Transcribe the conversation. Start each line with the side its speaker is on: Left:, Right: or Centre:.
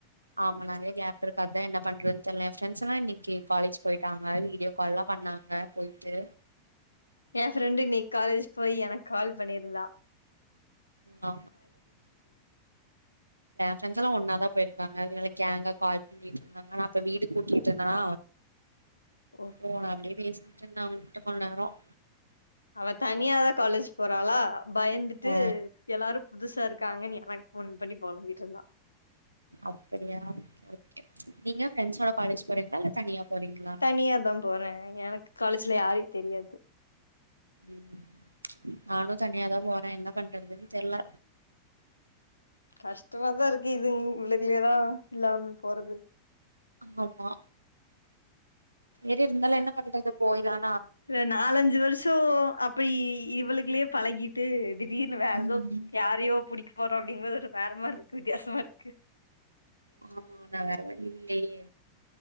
Right: ஆமா நைய கேப் இருக்காதுான் என்ன பண்றதுன்ன தெரிய ரெண்ட் எல்லாம் இன்னைக்கு காலேஜ் போயிட்டாங்க வீடியோ கால் எல்லாம் நாங்க போயிட்டுு
Left: என் ஃப்ரெண்டு இ நீ காலேஜ் போய் எனக்கு கால் பண்ணிருந்தா
Right: ஆ ஃரஸ் எல்லாம் ஒன்னாதான் போயிருக்காங்க அதனால கேங்கா கால் பண்ணிட்டு இருந்தாங்க ஆனா அப்ப வீடு கூட்டிட்டு இருந்தேனா
Left: ஓ
Right: அம் அப்படியே பேசினட்டு இருந்தா அவங்கிட்ட கொஞ்ச நேரம்
Left: அவ தனியாதான் காலேஜ் போறாளா பயந்துட்டு
Right: ஆ
Left: எல்லாரும் புதுசா இருக்காங்கன்னு எனக்கு போன் பண்ணி போதும் வீட்டு இருந்தான்
Right: அப்படியா கே நீங்க ரெண்ட்ஸோட காலேஜ் போறீங்களா இல்ல தனியா போறீங்களா
Left: தனியா தான் போறேன் எனக்கு காலேஜ்ல யாாரையும் தெரியாது
Right: ம் நானு தனியாதா போறே என்ன பண்றதுன்னு தெர்ல
Left: கஷ்டமாதான் இருக்கு இது இக்கலயதான் இல்லாமே போறது
Right: ஆமா இருந்தும் என்ன பண்ண இது போயதான்
Left: இ நாலஞ்சு வருஷம் அப்படி இவளுக்குலயே பழகிட்டு திடீர்னு வேற
Right: ம்
Left: ஏதோ யாரையோ பிடிக்க போறோம் அப்படிங்கபது ஒரு வேறமாிர இருக்கு வித்தியாசமா இருக்கு
Right: ஆமா நான் வேற வழி இல்லைய